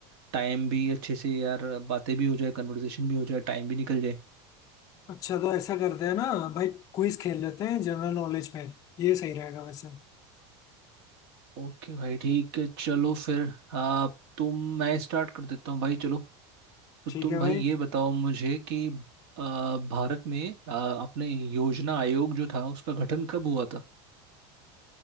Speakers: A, on the right; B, on the left.
A: टाइम भी अच्छे से यार बातें भी हो जाए कन्वर्सेशन भी हो जाए टाइम भी निकल जाए
B: अच्छा तो ऐसा करते हैं ना भाई क्विज खेल लेते हैं जनरल नॉलेज पे ये सही रहेगा वैसे
A: ओके भाई ठीक है चलो फिर आप तुम मैं स्टार्ट कर देता हूँ भाई चलो तो
B: ठीक
A: तुम
B: है
A: भाई
B: भाई
A: ये बताओ मुझे कि आ, भारत में आ, अपने योजना आयोग जो था उसका गठन कब हुआ था